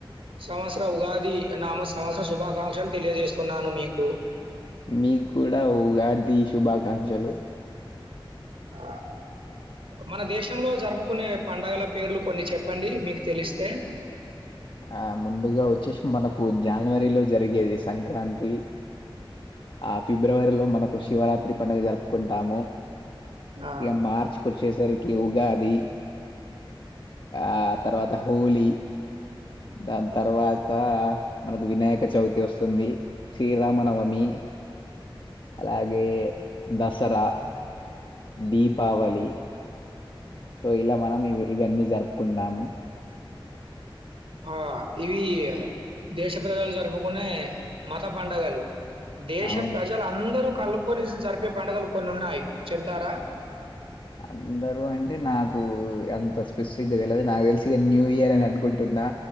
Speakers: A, on the right; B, on the left.
A: సంవత్సర ఉగాది నామ స్త్ సంవత్సర శుభాకాంక్షలు తెలియజేస్తున్నాను మీకు
B: మీకు కూడ ఉగాది శుభాకాంక్షలు
A: ఆ మన దేశంలో జరుపుకునే పండగల పేర్లు కొన్ని చెప్పండి మీకు తెలిస్తే
B: ఆ ముందుగా వచ్చేసి మనకు జనవరిలో జరిగేది సంక్రాంతి ఆ ఫిబ్రవరిలో మనకు శివరాత్రి పండుగ జరుపుకుంటాము
A: ఆ
B: ఇక మార్చికి వచ్చేసరికి ఉగాది ఆ తర్వాత హోలీ దాని తర్వాత మనకు వినాయక చవితి వస్తుంది శ్రీరామనవమి అలాగే దసరా దీపావళి సో ఇలా మనం ఇవి ఇవన్నీ జరుపుకుంటాము
A: ఆ ఇవి దేశ ప్రజలు జరుపుకునే మత పండగలు దేశ
B: అవును.
A: ప్రజలందరూ కలుపుకొని జరిపే పండుగలు కొన్ని ఉన్నాయి చెబుతారా
B: అందరూ అంటే నాకు అంత స్పెసిఫిక్గా తెలిదు నాకు తెలిసి న్యూయర్ అని అనుకుంటున్నా